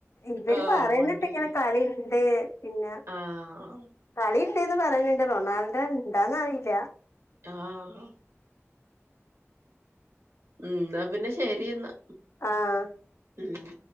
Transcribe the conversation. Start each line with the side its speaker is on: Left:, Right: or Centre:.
Left: ഇവര്
Right: ആഹ്
Left: പറയുന്നുണ്ടിങ്ങനെ
Right: ഒണ്ടല്ലേ
Left: കളില് തെ പിന്ന
Right: ആഹ്
Left: കളി <unintelligible> പറയുന്നുണ്ട് റൊണാൾഡോ ണ്ടാന്ന് അറില്ല.
Right: ആഹാ ന്നാപ്പിന്നെ ശെരിന്നാ
Left: ആഹ്
Right: മ്മ്.